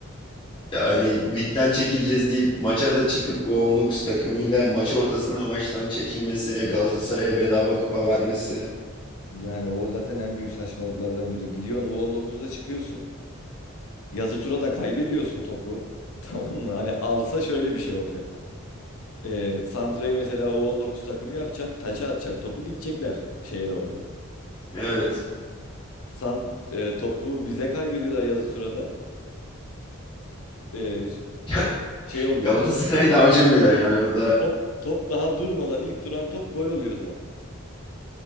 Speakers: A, on the left (about 20°); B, on the left (about 80°).
A: hani ligden çekileceğiz diye maça da çıkıp o 19 takımıyla maç ortasında maçtan çekilmesi, Galatasaray'a bedava kupa vermesi.
B: Yani o zaten en büyük saçmalıklardan biri. Gidiyorsun U19'da çıkıyorsun. Yazı tura da kaybediyorsun topu. <laughs> Tamam mı? Hani alsa şöyle bir şey olacak. Ee, Santra'yı mesela U19 takımı yapacak. Taça atacak. Topu gidecekler şeye doğru.
A: Evet.
B: Sant, e, topu bize kaybediyorlar yazı turada. Ee, ş-
A: <laughs>
B: şey oluyor.
A: Galatasaray da acımıyor
B: Galatasaray
A: yani orada.
B: top, top daha durmadan ilk duran top gol oluyor zaten.